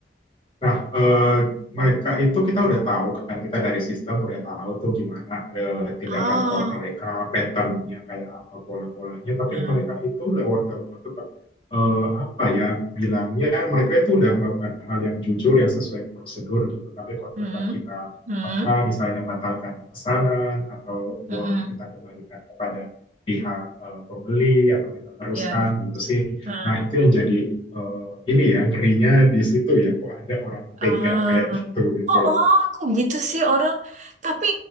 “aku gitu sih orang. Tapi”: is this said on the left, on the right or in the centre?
Right